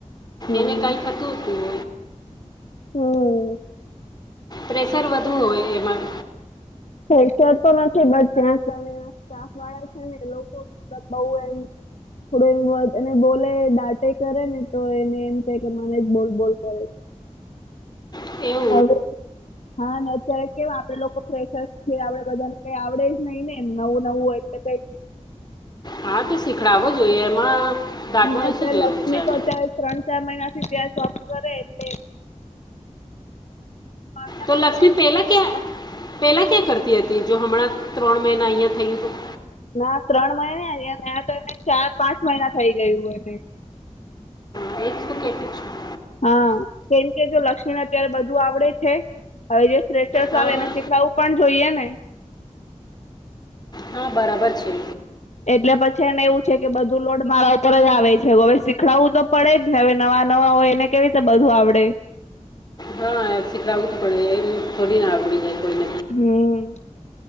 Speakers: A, on the left (about 65°); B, on the left (about 35°).
A: હમ
B: એને કાઈ થતું તું.
A: હમ
B: પ્રેશર વધુ હોય એમાં.
A: ફ્રેશર તો નથી બટ ત્યાં કને સ્ટાફવાળા છે ને એ લોકો બહુ એમ થોડો એમ અને બોલે દાંટે કરે ને તો એને એમ થાય કે મને જ બોલ બોલ કરે.
B: એવ
A: <inaudible> હા ને અત્યારે કેમ આપણેે લોકો ફેરેશ છે, આપડે બધાને કઈ આવડે જ નહી ને એમ નવું નવું એટલે કઈ
B: હા તો શીખડાવવો જોઈએ એમાં દાટવાની
A: ને અત્યારે
B: શું જરૂર
A: લક્ષ્મી
B: છે એમ
A: તો અત્યારે ત્રણ ચાર મહિનાથી ત્યાં શોક કરે એટલે માંગતા
B: તો લક્ષ્મી
A: હોય ને
B: પહેલા ક્યાં પેલા ક્યાં કરતી હતી જો હમણાં ત્રણ મહિના અહીંયા થયુંતું.
A: ના ત્રણ મહિને તં તો એને ચાર પાંચ મહિના થઈ ગયું હોય
B: હ એકસ કેટી છું
A: હા કેમ કે જો લક્ષ્મીને અત્યારે બધું આવડે છે. હવે જે સ્રેચર્સ
B: હા
A: આવે
B: હા
A: એને શીખડાવુ પણ જોઈએ ને
B: હા બરાબર છે.
A: એટલે પછી એને એવું છે, કે બધું લોડ મારા ઉપર જ આવે છે, હવે શીખડવું તો પડે જ ને હવે નવા નવા હોય એને કેવી રીતે બધું આવડે
B: હ એ શીખડું જ પડે એ થોડી ને આવડી જાય કોઈ
A: હમ.